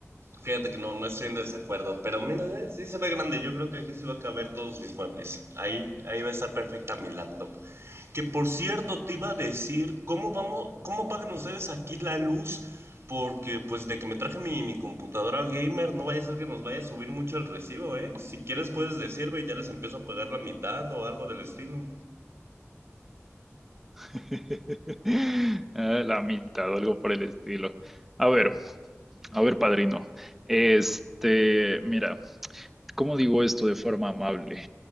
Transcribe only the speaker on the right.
Fíjate que no, no estoy en desacuerdo, pero mira, eh, sí se ve grande. Yo creo que aquí sí va a caber todos mis muebles. Ahí, ahí va a estar perfecta mi laptop. Que por cierto, te iba a decir, ¿cómo vamos, cómo pagan ustedes aquí la luz? Porque pues de que me traje mi, mi computadora gamer, no vaya a ser que nos vaya a subir mucho el recibo, ¿eh? Si quieres puedes decirme y ya les empiezo a pagar la mitad o algo del estilo.